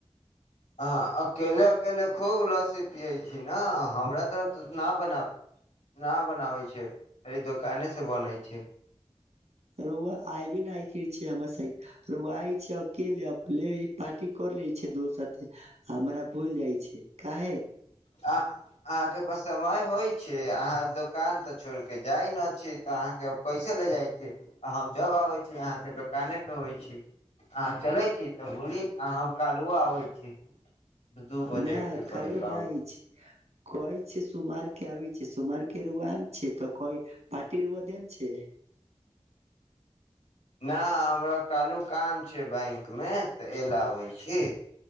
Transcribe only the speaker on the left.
हँ अकेले अकेले खूब लसी पियै छी न हमरा तरफ तऽ न बना न बनाबै छै खाली दोकानेसँ बनैत छै
आ अहाँके प समय होइ छै अहाँ दोकान तऽ छोड़ के जाइ ने छी तऽ अहाँके कैसे ले जाइ छी आ हम जब आबै छी अहाँके दोकाने पे होइ छी अहां चलै छी तऽ बोली आ हम क्हिओ आबै छी दू बजे
के करीब
आबै
नहि हमरा कहलू काम छै बैंक मे तऽ एल आबै छी